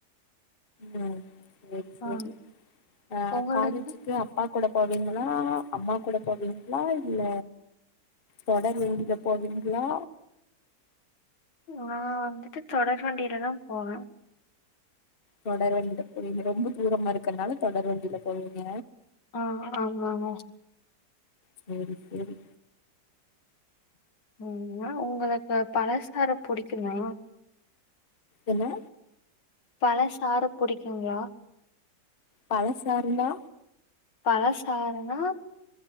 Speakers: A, on the left; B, on the left.
A: ம் செரி செரி
B: ஆ
A: ஆ
B: உங்களுக்கு
A: காலேஜுக்கு அப் பா கூட போவீங்களா அம்மா கூட போவீங்களா இல்ல தொடர் வண்டில போவீங்ளா
B: நா வந்துட்டு தொடர் வண்டியில தா போவே
A: தொடர் வண்டில போவீங்க ரொம்ப தூரமா இருக்கறனால தொடர் வண்டில போவீங்க
B: ஆ ஆமாங்க
A: செரி செரி
B: ம்மா உங்களுக்கு பழசாறு புடிக்குமா
A: என்ன
B: பழ சாறு புடிக்குங்களா
A: பழ சாருநா
B: பழ சாறுன்னா